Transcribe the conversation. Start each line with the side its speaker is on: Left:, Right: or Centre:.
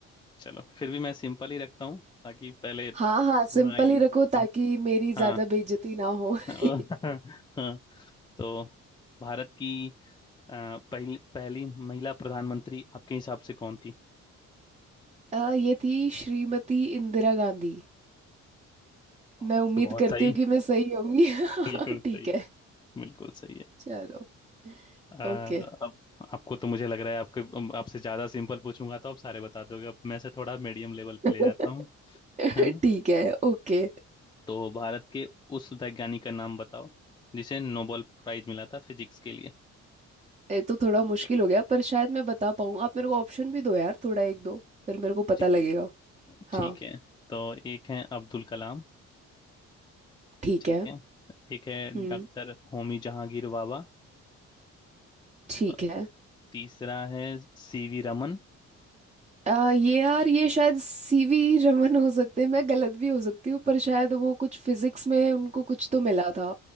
Left: चलो फिर भी मैं सिंपल ही रखता हूँ ताकि पहले
Right: हाँ हाँ
Left: ना
Right: सिंपल
Left: ये
Right: ही
Left: ना-
Right: रखो ताकि मेरी ज्यादा
Left: हाँ
Right: बेइज्जती ना हो
Left: <laughs>
Right: <laughs>
Left: हाँ तो भारत की अ, पहली पहली महिला प्रधानमंत्री आपके हिसाब से कौन थी
Right: अ, ये थी श्रीमती इंदिरा गांधी
Left: बहुत
Right: मैं उम्मीद
Left: बहुत
Right: करती
Left: सही
Right: हूँ कि मैं सही होंगी
Left: बिल्कुल
Right: <laughs>
Left: सही
Right: ठीक है
Left: है बिल्कुल सही है
Right: चलो
Left: अ,
Right: ओके
Left: अब आपको तो मुझे लग रहा है आपके अम, आपसे ज्यादा सिंपल पूछूंगा तो आप सारे बता दोगे अब मैं से थोड़ा मीडियम लेवल
Right: <laughs>
Left: पे ले जाता हूँ
Right: ठीक
Left: है ना
Right: है ओके
Left: तो भारत के उस वैज्ञानिक का नाम बताओ जिसे नोबेल प्राइज मिला था फिजिक्स के लिए
Right: ये तो थोड़ा मुश्किल हो गया पर शायद मैं बता पाऊँ आप मेरे को ऑप्शन भी दो यार थोड़ा एक दो फिर मेरे को पता
Left: ठीक
Right: लगेगा हाँ
Left: ठीक है तो एक है अब्दुल कलाम
Right: ठीक
Left: ठीक
Right: है
Left: है एक है
Right: हम्म
Left: डॉक्टर होमी जहांगीर बाबा
Right: ठीक
Left: अ,
Right: है
Left: तीसरा है सीवी रमन
Right: आ, ये यार ये शायद सीवी रमन हो सकते हैं मैं गलत भी हो सकती हूँ पर शायद वो कुछ फिजिक्स में उनको कुछ तो मिला था